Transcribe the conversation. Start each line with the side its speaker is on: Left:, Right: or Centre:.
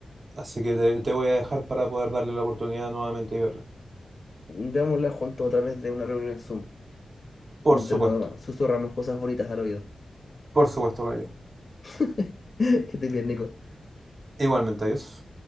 Right: Así que te, te voy a dejar para poder darle la oportunidad nuevamente y verla.
Left: Veámosla juntos otra vez de una reunión en Zoom,
Right: Por
Left: mientras
Right: supuesto.
Left: nos susurramos cosas bonitas al oído.
Right: Por supuesto, Cayo.
Left: <laughs> Que estés bien, Nico.
Right: Igualmente, adiós.